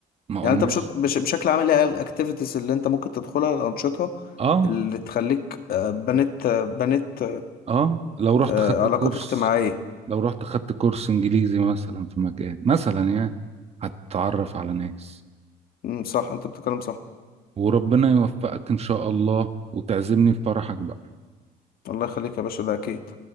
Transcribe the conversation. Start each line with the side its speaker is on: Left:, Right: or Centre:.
Right: ما
Left: يعني
Right: قلناش
Left: انت بش... بش... بشكل عام ايه الاكتيفيتيز اللي انت ممكن تدخلها الانشطة
Right: اه
Left: اللي تخليك آه، بنيت آه، بنيت
Right: اه لو رحت
Left: آه،
Right: خدت
Left: علاقات
Right: كورس
Left: اجتماعية
Right: لو رحت خدت كورس انجليزي مثلا في مكان مثلا يعني هتتعرف على ناس
Left: امم صح انت بتتكلم صح
Right: وربنا يوفقك ان شاء الله وتعزمني في فرحك بقى
Left: الله يخليك يا باشا ده اكيد